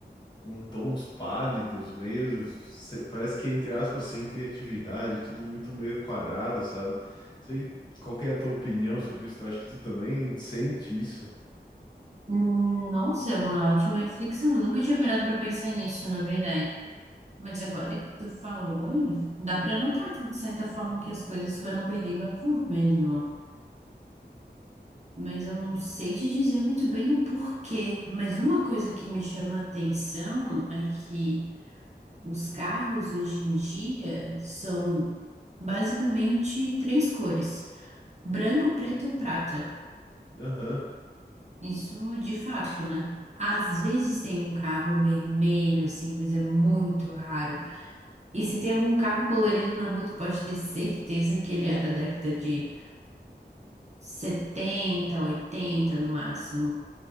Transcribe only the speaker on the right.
hum, nossa, é uma ótima reflexão. Eu nunca tinha parado para pensar nisso, na verdade. Mas agora que tu falou, dá para notar que, de certa forma que as coisas foram perdendo a cor mesmo. Mas eu não sei te dizer muito bem o porquê. Mas uma coisa que me chama a atenção é que os carros hoje em dia são basicamente três cores. Branco, preto ou prata?
Isso de fato, né? Às vezes tem um carro vermelho, assim, mas é muito raro. E se tem algum carro colorido na rua, tu pode ter certeza que ele é da década de 70, 80 no máximo.